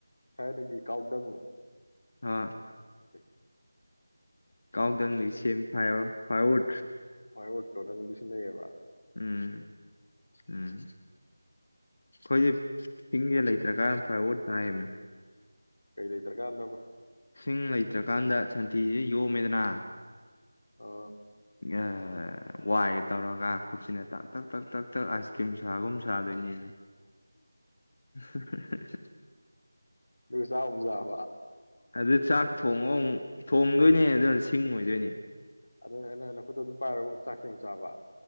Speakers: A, on the left; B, on the left.
A: ꯊꯥꯏꯅꯒꯤ ꯀꯥꯎꯗꯪ
B: ꯑ
A: <unintelligible>
B: ꯀꯥꯎꯗꯪꯗꯤ ꯁꯦꯝ ꯐꯥꯏꯔꯣ ꯐꯥꯏꯌꯔꯋꯨꯠ
A: ꯍꯣꯏ ꯑꯣꯔꯇꯣꯗꯪ ꯁꯤꯟꯅꯩꯌꯦꯕ
B: ꯎꯝ ꯎꯝ ꯑꯩꯈꯣꯏꯗꯤ ꯄꯤꯡꯌꯦ ꯂꯩꯇ꯭ꯔꯥ ꯀꯥꯟꯗ ꯐ ꯑꯣꯠ ꯍꯥꯏꯕꯅꯦ
A: ꯀꯩ ꯂꯩꯇ꯭ꯔꯥ ꯀꯥꯟꯗꯕ
B: ꯁꯤꯡ ꯂꯩꯇ꯭ꯔꯀꯥꯟꯗ ꯁꯟꯊꯤꯁꯤ ꯌꯣꯝꯃꯦꯗ ꯅꯥ
A: ꯑꯥ
B: ꯌꯥ ꯑ ꯋꯥꯏꯒ ꯇꯧꯔꯒ ꯈꯨꯠꯁꯤꯅ ꯇꯥꯛ ꯇꯛ ꯇꯛ ꯇꯛ ꯇꯛ ꯑꯥꯏꯁ ꯀ꯭ꯔꯤꯝ ꯁꯥꯒꯨꯝ ꯁꯥꯗꯣꯏꯅꯦꯅꯦ ꯍꯍꯍꯍ
A: ꯑꯗꯨ ꯆꯥꯒꯨꯝꯖꯦ ꯍꯥꯢꯕ
B: ꯑꯗꯨ ꯆꯥꯛ ꯊꯣꯡꯉꯣ ꯑꯃꯨꯛ ꯊꯣꯡꯗꯣꯏꯅꯦ ꯑꯗꯨꯅ ꯁꯤꯡ ꯑꯣꯏꯗꯣꯏꯅꯦ
A: ꯑꯗꯨꯅ ꯑꯩꯅ ꯂꯐꯨꯠꯇ ꯑꯗꯨ ꯆꯔꯒꯨꯝ ꯑꯃꯨꯛ ꯆꯥꯛꯁꯦ ꯑꯃꯨꯛ ꯆꯥꯕ